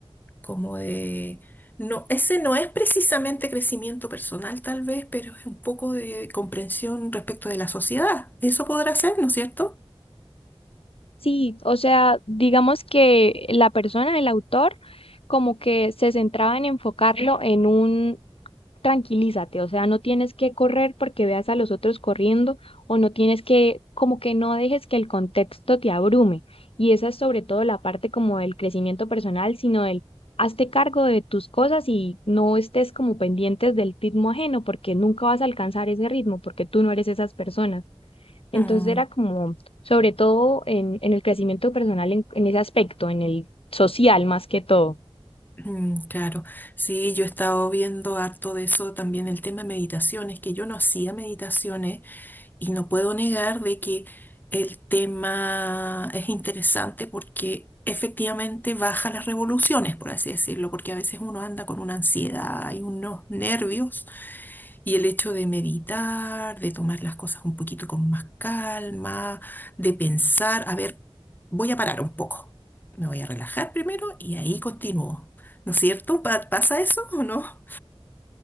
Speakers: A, on the left; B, on the left.
A: como de... No, ese no es precisamente crecimiento personal tal vez, pero es un poco de comprensión respecto de la sociedad. Eso podrá ser, ¿no es cierto?
B: Sí, o sea, digamos que la persona, el autor, como que se centraba en enfocarlo en un tranquilízate, o sea, no tienes que correr porque veas a los otros corriendo o no tienes que, como que no dejes que el contexto te abrume. Y esa es sobre todo la parte como del crecimiento personal, sino del hazte cargo de tus cosas y no estés como pendientes del ritmo ajeno porque nunca vas a alcanzar ese ritmo porque tú no eres esas personas. Entonces
A: Mm.
B: era como, sobre todo en, en el crecimiento personal, en, en ese aspecto, en el social más que todo.
A: Mm, Claro, sí, yo he estado viendo harto de eso también, el tema de meditaciones, que yo no hacía meditaciones y no puedo negar de que el tema es interesante porque efectivamente baja las revoluciones, por así decirlo, porque a veces uno anda con una ansiedad y unos nervios y el hecho de meditar, de tomar las cosas un poquito con más calma, de pensar, a ver, voy a parar un poco, me voy a relajar primero y ahí continúo. ¿No es cierto? Pa- ¿Pasa eso o no?